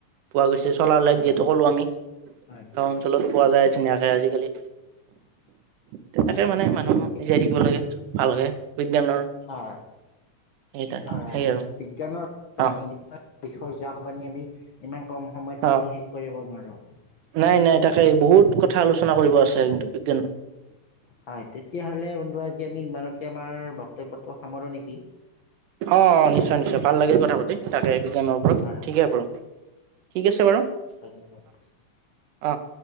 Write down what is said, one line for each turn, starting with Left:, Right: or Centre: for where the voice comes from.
Right: পোৱা গৈছে। চলাৰ
Left: হয়
Right: লাইট যিহেতু
Left: হয়
Right: ক'লো আমি।
Left: হয়।
Right: গাঁও অঞ্চলতো পোৱা যায় ধুনীয়াকৈ আজিকালি। তেনেকে মানে
Left: আহ,
Right: মানুহ
Left: ঠিকেই
Right: জীয়াই থাকিব লাগে ভালকৈ বিজ্ঞানৰ-
Left: অ' হয়
Right: সেই তাকে
Left: হয়,
Right: সেই আৰু
Left: বিজ্ঞানৰ- <unintelligible>
Right: অ
Left: আমি ইমান কম সময়ত
Right: অ
Left: কাটি শেষ কৰিব নোৱাৰোঁ। হয়নে
Right: নাই নাই তাকে, বহুত কথা আলোচনা কৰিব আছে কিন্তু বিজ্ঞানৰ।
Left: হয়। তেতিয়া হ'লে বন্ধু আজি আমি ইমানতে আমাৰ বক্তব্যটো সামৰোঁ নেকি।
Right: অঁ' নিশ্চয় নিশ্চয়। ভাল লাগিল কথা পাতি তাকেই বিজ্ঞানৰ- ওপৰত,
Left: হয়
Right: ঠিকে
Left: হয়
Right: বাৰু ঠিক আছে বাৰু।
Left: ধন্যবাদ।
Right: অঁ।